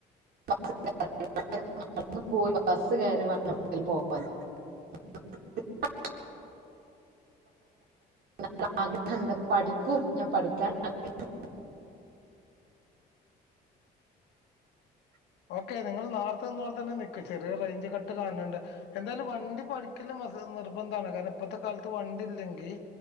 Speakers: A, on the right (about 70°); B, on the left (about 85°).
A: <unintelligible> നടന്ന് പോയി ബസ്സ് കേറിവെണം എവിടെക്കെങ്കിലും പോവാൻ <unintelligible> <unintelligible> ആഗ്രഹ്ണ്ട് പഠിക്കും ഞാൻ പഠിക്കാൻ ശ്രമിക്കും <unintelligible>
B: ഓക്കെ നിങ്ങള് നേർത്തെ നിന്നോടത്ത് തന്നെ നിക്ക് ചെറിയൊരു റേഞ്ച് ക- ട്ട് കാണ്ണ്ണ്ട് എന്തായാലും വണ്ടി പടിക്കല് നിർബന്ധാണ് കാരണം ഇപ്പത്തെ കാലത്ത് വണ്ടിയില്ലെങ്കി-